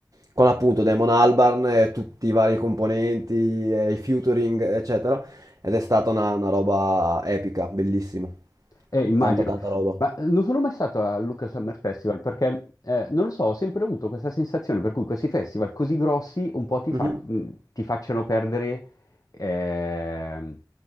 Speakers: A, on the right (about 45°); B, on the left (about 50°).
A: con appunto Damon Albarn e tutti i vari componenti, e i featuring, eccetera, ed è stata una, una roba epica, bellissima.
B: Eh, immagino.
A: Tanta, tanta roba.
B: Ma non sono mai stato al Lucca Summer Festival perché, eh, non lo so, ho sempre avuto questa sensazione per cui questi festival così grossi un po' ti,
A: Mhm.
B: fa- mh, ti facciano perdere ehm,